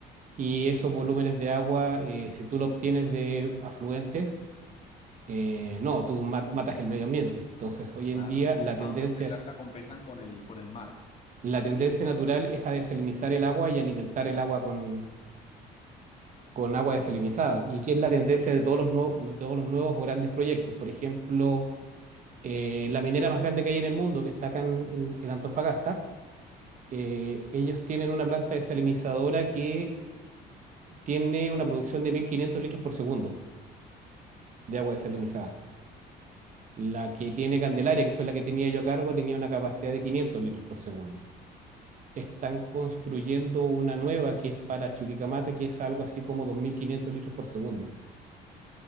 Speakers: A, on the right; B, on the left.
A: y
B: Sí,
A: esos volúmenes de agua, eh, si tú lo obtienes de afluentes, eh, no, tú ma- matas el medio ambiente. Entonces, hoy
B: claro.
A: en día la tendencia,
B: Ah, entonces la, la compensan con el, con el mar.
A: la tendencia natural es a desalinizar el agua y alimentar el agua con, con agua desalinizada. ¿Y que es la tendencia de todos los nuevos, no- todos los nuevos o grandes proyectos? Por ejemplo, eh, la minera más grande que hay en el mundo, que está acá en en- en Antofagasta, eh, ellos tienen una planta desalinizadora que tiene una producción de 1.500 litros por segundo de agua
B: Bastante.
A: desalinizada. La que tiene Candelaria, que fue la que tenía yo a cargo, tenía una capacidad de 500 litros por segundo. Están construyendo una nueva que es para Chuquicamata, que es algo así como 2.500 litros por segundo.